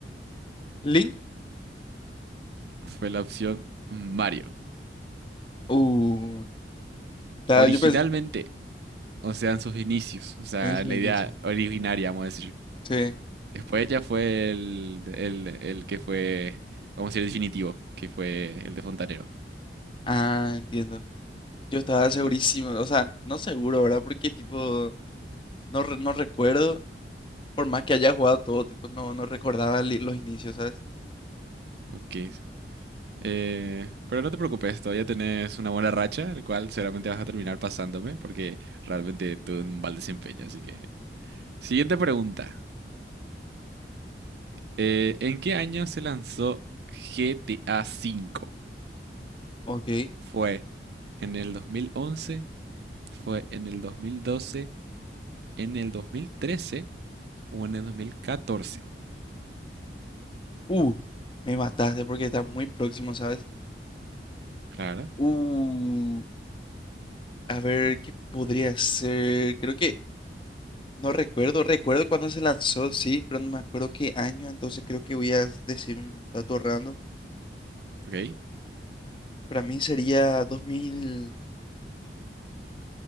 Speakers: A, on the left; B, on the right.
A: Link.
B: Fue la opción Mario.
A: Uh, está-
B: Originalmente,
A: yo pensé...
B: o sea, en sus inicios, o sea,
A: es buenísimo.
B: la idea originaria, vamos a decir.
A: Sí.
B: Después ya fue el, el, el que fue, vamos a decir, el definitivo, que fue el de Fontanero.
A: Ah, entiendo. Yo estaba segurísimo,
B: Bueno,
A: o sea, no seguro, ¿verdad? Porque tipo, no, re- no recuerdo, por más que haya jugado todo, tipo, no, no recordaba li- los inicios, ¿sabes?
B: ok. Eh, pero no te preocupes, todavía tenés una buena racha, el cual seguramente vas a terminar pasándome, porque realmente tuve un mal desempeño, así que... Siguiente pregunta. Eh, ¿en qué año se lanzó GTA V?
A: Ok.
B: ¿Fue en el 2011? ¿Fue en el 2012? ¿En el 2013? ¿O en el 2014?
A: Uh, me mataste porque está muy próximo, ¿sabes?
B: Claro,
A: Uh, a ver, ¿qué podría ser? Creo que, no recuerdo, recuerdo cuando se lanzó, sí, pero no me acuerdo qué año, entonces creo que voy a decir un dato random.
B: ok.
A: Para mí sería 2012.